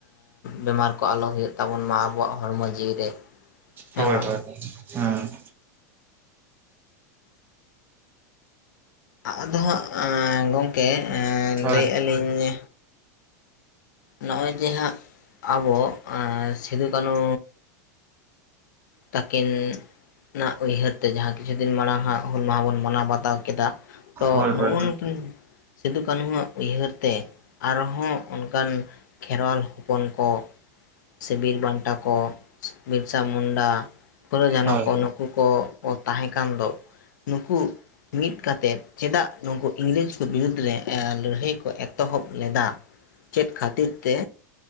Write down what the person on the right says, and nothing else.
ᱦᱳᱭ
ᱦᱳᱭ, ᱦᱮᱸ᱾
ᱦᱳᱭ
ᱦᱳᱭ
ᱦᱳᱭ
ᱦᱳᱭ